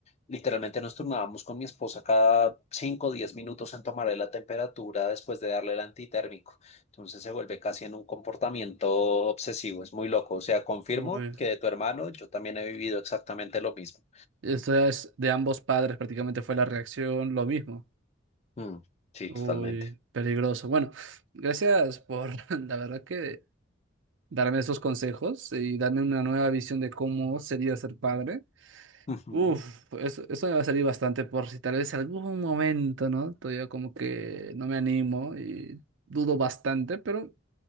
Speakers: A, on the left; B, on the right.
A: Literalmente nos turnábamos con mi esposa cada cinco, o 10 minutos en tomarle la temperatura después de darle el antitérmico. Entonces se vuelve casi en un comportamiento obsesivo, es muy loco. O sea, confirmo
B: Uy.
A: que de tu hermano yo también he vivido exactamente lo mismo.
B: Esto es de ambos padres, prácticamente fue la reacción lo mismo.
A: Mm, sí,
B: Uy,
A: totalmente.
B: peligroso. Bueno, gracias por <laughs> la verdad que darme esos consejos y darme una nueva visión de cómo sería ser padre.
A: Ujú.
B: Uf, eso, eso me va a servir bastante por si tal vez algún momento, ¿no? Todavía como que no me animo y dudo bastante, pero